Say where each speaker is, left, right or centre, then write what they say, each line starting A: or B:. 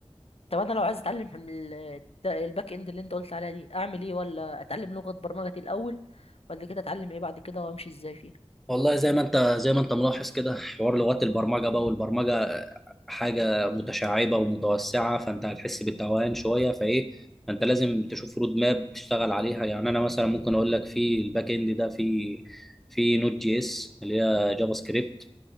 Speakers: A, on the left; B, in the centre.
A: طب انا لو عايز اتعلم من ال- ده- الباك اند اللي انت قلت عليها دي اعمل ايه ولا اتعلم لغة برمجة الاول بعد كده اتعلم ايه بعد كده وامشي ازاي فيها
B: والله زي ما انت زي ما انت ملاحظ كده حوار لغات البرمجه بقى والبرمجه حاجه متشعبه ومتوسعه فانت هتحس بالتوهان شويه فايه فانت لازم تشوف رود ماب تشتغل عليها يعني انا مثلا ممكن اقول لك في الباك اند ده في في نوت جي اس اللي هي جافا سكريبت